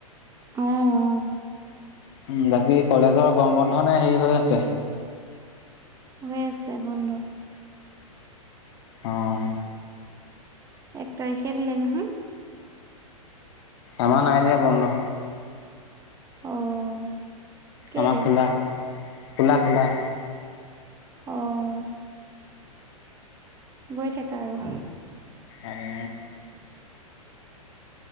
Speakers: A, on the right; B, on the left.
A: আহম উম।
B: উ বাকী কলেজৰ গম বন্ধনে হেৰি হৈ আছে।
A: হৈ আছে বন্ধ।
B: অ'।
A: একটাই হেৰলে নহয়।
B: আমাৰ নাই দিয়া বন্ধ।
A: অ'। কেলে
B: আমাৰ খোলা খোলা খোলা।
A: অ'। গৈ থাকা আৰু।
B: আৰু।